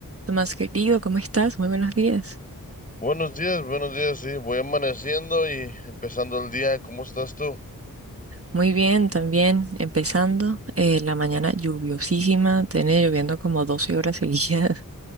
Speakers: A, on the right; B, on the left.
A: Tomás querido, ¿cómo estás? Muy buenos días.
B: Buenos días, buenos días, sí, voy amaneciendo y empezando el día, ¿cómo estás tú?
A: Muy bien, también empezando eh, la mañana lluviosísima, tiene lloviendo como 12 horas seguidas.